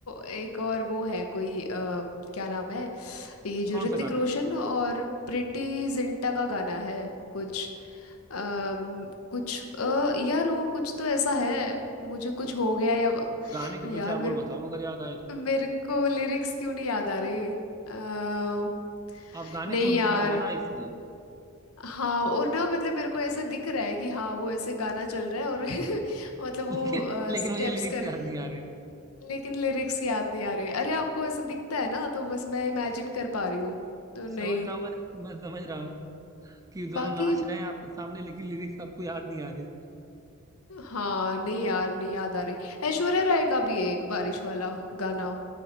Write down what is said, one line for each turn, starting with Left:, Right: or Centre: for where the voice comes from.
Left: एक और वो है कोई अ, क्या नाम है ये जो
Right: कौन
Left: ऋतिक
Right: सा गाना
Left: रोशन और प्रीटी जिंटा का गाना है कुछ अम, कुछ अ, यार वो कुछ तो ऐसा है मुझे कुछ हो गया या
Right: गाने के
Left: यार
Right: दो चार
Left: मेरे
Right: बोल बताओ अगर याद आए तो
Left: मेरे को लिरिक्स क्यों नहीं याद आ रहे अ,
Right: आप गाने
Left: नहीं
Right: सुनते
Left: यार
Right: कम हो ना इसलिए
Left: हाँ और ना मतलब मेरे को ऐसा दिख रहा है कि हाँ वो ऐसे गाना चल रहा है और <laughs> मतलब
Right: <laughs>
Left: वो
Right: लेकिन लेकिन
Left: स्टेप्स
Right: मुझे लिरिक्स
Left: कर
Right: याद नहीं आ रहे
Left: लेकिन लिरिक्स याद नहीं आ रहे अरे आपको ऐसा दिखता है ना तो बस मैं इमेजिन कर पा रही हूँ तो नहीं
Right: समझ रहा हूँ मैं मैं समझ रहा हूँ कि दोनों
Left: बाकी
Right: नाच रहे हैं आपके सामने लेकिन लिरिक्स आपको याद नहीं आ रहे
Left: हाँ नहीं यार नहीं याद आ रही ऐश्वर्या राय का भी है एक बारिश वाला गाना